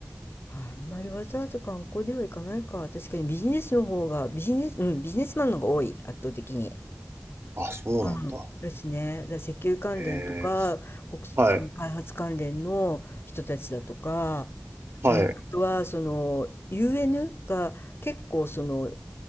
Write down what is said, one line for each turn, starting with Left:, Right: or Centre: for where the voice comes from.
Left: あんまりわざわざ観光では行かないか。確かにビジネスの方が、ビジネス、うん、ビジネスマンの方が多い、圧倒的に。
Right: あ、そうなんだ。
Left: うんですね。だから石油関連とか、
Right: へえ。
Left: 国その開発関連の人たちだとか、
Right: はい。はい。
Left: うん、あとはその UN が結構その、